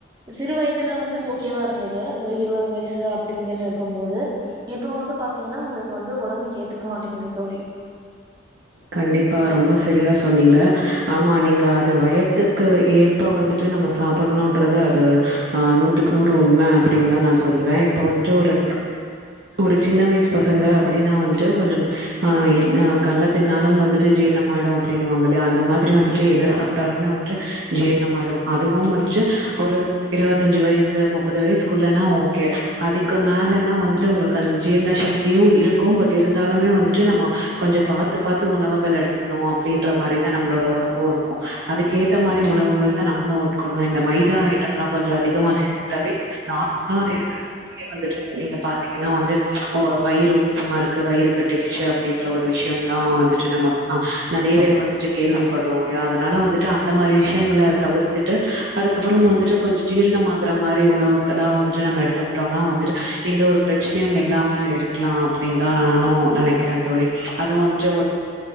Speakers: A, on the right; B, on the right.
A: சிறு வயதுல வந்து ஓகேவா இருந்தது ஒரு இருபது வயசு அப்டிங்கன்னு இருக்கும்போது இப்ப வந்து பாத்தீங்னா ஒங் வந்து ஒடம்பு ஏத்துக் மாட்டேங்குது தோழி
B: கண்டிப்பா ரொம்ப செரியா சொன்னீங்க ஆமா நீங்க அது வயத்துக்கு ஏற்ப வந்துட்டு நம்ம சாப்புணும்ன்றது அது அ நூத்துக்கு நூறு உண்மை அப்படின்தா நா சொல்வ இப்ப வந்துட்டு ஒரு ஒரு சின்ன வய்ஸ் பசங்க அப்படின்னா வந்துட்டு கொஞ்சம் அ அ கல்ல தின்னாலும் வந்துட்டு ஜீரணமாயிடும் அப்படின்னுவாங்க இல்லையா அந்த மாதிரி வந்துட்டு எதை சாப்ட்டாலுமே வந்துட்டு ஜீர்ணமாய்டு அதுவும் வந்துட்டு ஒரு இருபத்தஞ்சு வய்சு முப்பது வய்சுக்குள்ளனா ஓகே அதுக்கு மேலன்னா வந்துட்டு உங்களுக்கு அது ஜீர்ண சக்தியும் இருக்கும் பட் இருந்தாலுமே வந்துட்டு நம்ம கொஞ்ச பாத்து பாத்து உணவுகள் எடுத் துக்ணு அப்டின்ற மாரி நம்ப்ளோட உடம்பு இருக்கு அதுக்கு ஏத்த மாரி உணவுகள் தா நம்ப்ளு கொன்ன இந்த மைதா ஐட்டம்லா கொஞ்ச அதிகமா சேத்துட்டாவே நார்மலா இருக்குறவங்ளே வந்துட்டு நீங்க பாத்தீங்னா வந்து வயிறு சம்மா இருக்கு வயிறு கட்டிகிச்சு அப்டின் ஒரு விஷ்யம்தா வந்துட்டு நம்ம நறைய்வே வந்துட்டு கேள்விப்படுறோமல இல்லயா அதனால வந்துட்டு அந்த மாதுரி விஷயங்கள தவிர்த்துட்டு அதுக்கப்றோ வந்துட்டு கொஞ்ச ஜீரண ஆகற மாதுரி உணவுகளாம் வந்துட்டு நம்ம எடுத்துக்கிட்டோம்னா வந்துட்டு எந்த ஒரு ப்ரச்சனையு இல்லாம இருக்கலா அப்டின்னு தா நானு நினைக்கிறே தோழி அதுவு வந்துட்டு ஒரு